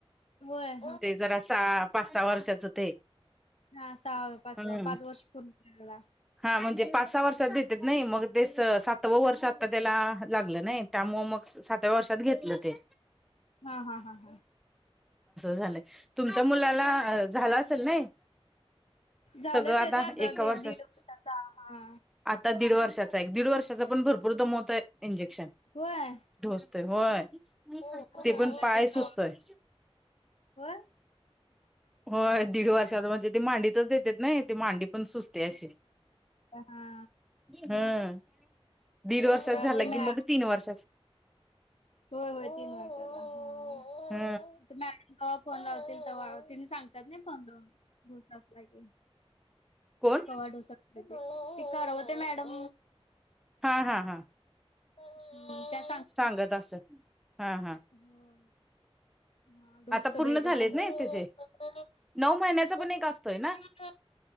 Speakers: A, on the left; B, in the centre.
A: व्हय.
B: ते जरा सहा पाच -सहा वर्षाचं ते
A: हा सहा पाचव
B: हम्म
A: पाच वर्ष पूर्ण होतील बघा.
B: हा म्हणजे पाच -सहा वर्षात देतेत नई मग, ते सातवं वर्ष आता त्याला लागलं नई. त्यामुळं मग सातव्या वर्षात घेतलं ते.
A: हा हा हा हा
B: झालंय तुमच्या मुलाला झालं असेल नई.
A: झालं
B: सगळं आता
A: त्याच
B: एका
A: ते
B: वर्षाच
A: दीड वर्षाचा हा
B: आता दीड वर्षात एक- दीड वर्षाचा पण भरपूर दामोवतय इंजेक्शन.
A: होय
B: ढोस ते होय,
A: हा
B: ते पण
A: आता
B: पाय सुजतोय.
A: होय
B: होय दीड वर्षाच म्हणजे ते मांडीतच देत्यात नई ते मांडी पण सुजत्याशी
A: हा
B: हं दीड
A: आता
B: वर्षात झालं
A: ते मॅ
B: की, मग तीन वर्षाच
A: होय होय तीन वर्षाचा ओ
B: ह
A: मॅडम कवा फोन लावतील तवा तिनी सांगतात नई फोन लावून दोन तास लागेल.
B: कोण
A: कवा डोस असत्याती ती, कळवते मॅडम.
B: हा हा हा
A: हू त्यात
B: सांगत असल हा हा.
A: होय हा ढोस
B: आता
A: कधी
B: पूर्ण
A: आहे
B: झालेत
A: ते सांगतात
B: ना त्याचे
A: हो
B: नऊ महिन्याचा पण
A: हो
B: एक असतोय ना
A: <inaudible>